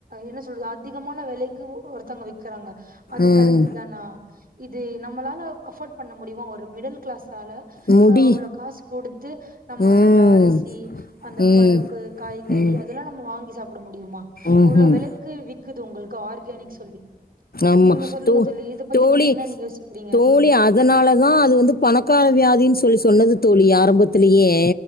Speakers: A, on the right (about 65°); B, on the left (about 70°).
A: என்ன சொல்றது அதிகமான வெலைக்கு ஒர்த்தங்க விக்கிறாங்க அது
B: ம்
A: கரட்டு தானா இது நம்மளால அஃபோர்ட் பண்ண முடியுமா ஒரு மிடில் க்ளாஸ் ஆள
B: முடி
A: அவ்ளோ காஸ் குடுத்து நம்ம
B: ம்
A: அந்த அரிசி அந்த
B: ம்
A: பருப்பு காய்கறி
B: ம்
A: அதெல்லா நம்ம வாங்கி சாப்புட முடியுமா
B: ம்ஹும்.
A: அவ்ளோ வெலைக்கு விக்குது உங்களுக்கு ஆர்கேனிக் சொல்லி
B: அம்மா
A: நீங்க சொல்லுங்க
B: தோ
A: தோழி இத பத்தி
B: தோழி
A: நீங்க என்னன்னு யோசிக்கிறீங்க
B: தோழி அத் அதனாலதா அது வந்து பணக்கார வியாதின்னு சொல்லி சொன்னது தோழி ஆரம்பத்துலியே